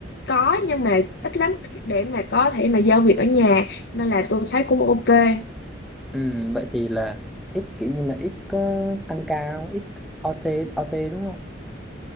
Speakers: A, on the left (about 60°); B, in the centre.
A: có nhưng mà ít lắm để mà có thể mà giao việc ở nhà nên là tôi thấy cũng ok
B: Ừ, vậy thì là ít kiểu như là ít có tăng ca không? Ít OT OT đúng không?